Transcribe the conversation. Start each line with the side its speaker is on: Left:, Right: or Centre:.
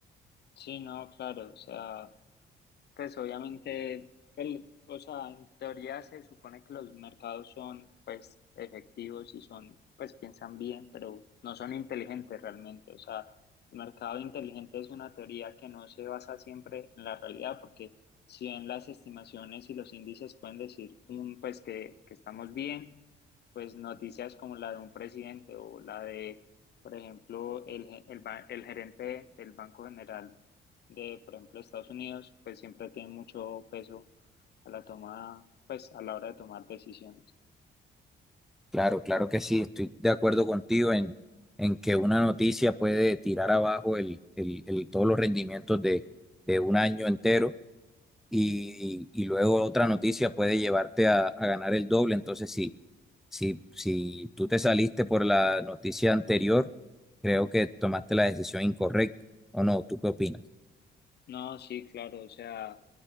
Left: Sí, no, claro, o sea, Pues obviamente, el- o sea, en teoría se supone que los mercados son pues efectivos y son, pues piensan bien, pero no son inteligentes realmente. O sea, el mercado inteligente es una teoría que no se basa siempre en la realidad, porque si bien las estimaciones y los índices pueden decir un, pues que, que estamos bien, pues noticias como la de un presidente o la de, por ejemplo, el, ge- el, ba- el gerente del Banco General de, por ejemplo, Estados Unidos, pues siempre tiene mucho peso a la toma, pues a la hora de tomar decisiones.
Centre: Claro, claro que sí, estoy de acuerdo contigo en, en que una noticia puede tirar abajo el, el, el- todos los rendimientos de, de un año entero. y, y luego otra noticia puede llevarte a, a ganar el doble. Entonces, sí si, si tú te saliste por la noticia anterior, creo que tomaste la decisión incorrecta. ¿O no? ¿Tú qué opinas?
Left: No, sí, claro, o sea,